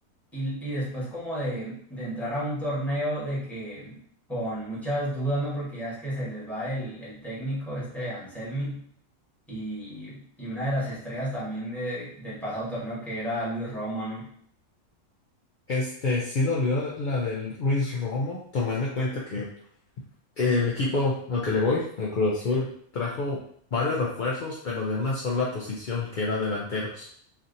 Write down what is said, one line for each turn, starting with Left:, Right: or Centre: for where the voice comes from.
Centre: y, y después como de, de entrar a un torneo de que con muchas dudas, ¿no? Porque ya es que se les va el, el técnico, este Anselmi, y, y una de las estrellas también de- del pasado torneo que era Luis Romo, ¿no?
Left: Este sí dolió la del Luis Romo, tomando en cuenta que El equipo al que le voy, el Cruz Azul, trajo varios refuerzos, pero de una sola posición, que era delanteros.